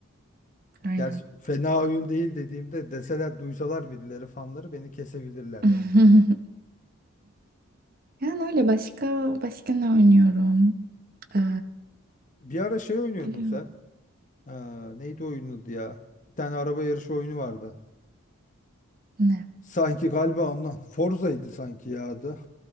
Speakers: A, on the right; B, on the left.
A: Aynen.
B: Gerçi fena oyun değil dediğimde deseler duysalar birileri fanları beni kesebilirler
A: <laughs>
B: yani.
A: Yani öyle başka başka ne oynuyorum? Ee,
B: Bir ara şey oynuyordun
A: biliyorum.
B: sen. Ee, neydi oyunun adı ya? Bir tane araba yarışı oyunu vardı.
A: Ne?
B: Sanki galiba ondan. Forza'ydı sanki ya adı.